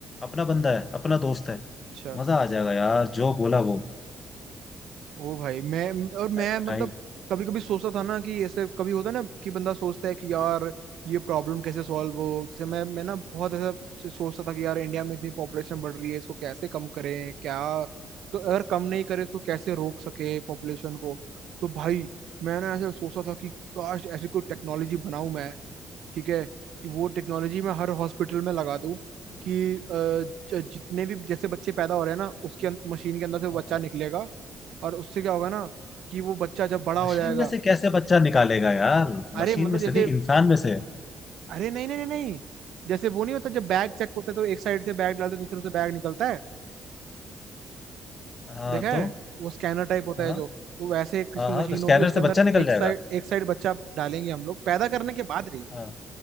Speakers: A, on the left; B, on the right.
A: अपना बंदा है अपना दोस्त है
B: अच्छा
A: मजा आ जाएगा यार जो बोला वो
B: ओ भाई मैं और मैं
A: बताई
B: मतलब कभी कभी सोचता था ना कि ऐसे कभी होता है ना कि बंदा सोचता है कि यार ये प्रॉब्लम कैसे सॉल्व हो जैसे मैं मैं ना बहुत ऐसा च- सोचता था कि यार इंडिया में इतनी पॉपुलेशन बढ़ रही है इसको कैसे कम करें क्या तो अगर कम नहीं करें तो कैसे रोक सके पॉपुलेशन को तो भाई मैंने ऐसे सोचता था कि काश ऐसी कोई टेक्नोलॉजी बनाऊं मैं ठीक है कि वो टेक्नोलॉजी मैं हर हॉस्पिटल में लगा दूं कि अ, ज- जितने भी जैसे बच्चे पैदा हो रहे हैं ना उसके अं- मशीन के अंदर से वो
A: हाँ
B: बच्चा
A: हाँ।
B: निकलेगा और उससे क्या होगा ना कि वो बच्चा जब बड़ा हो
A: मशीन
B: जाएगा
A: में से कैसे बच्चा निकालेगा यार
B: अरे
A: मशीन
B: मतलब
A: में से
B: जैसे
A: नहीं इंसान में से
B: अरे नहीं नहीं नहीं नहीं जैसे वो नहीं होता जब बैग चेक होता है तो एक साइड से बैग डालते हैं, दूसरे से बैग निकलता है
A: हाँ
B: देखा
A: तो
B: है वो स्कैनर टाइप होता
A: हाँ
B: है जो तो वैसे किसी
A: हाँ
B: मशीन
A: हाँ तो स्कैनर
B: होगी उसके
A: से
B: अंदर
A: बच्चा निकल
B: एक
A: जाएगा
B: साइड एक साइड बच्चा डालेंगे हम लोग पैदा करने के बाद रही
A: हाँ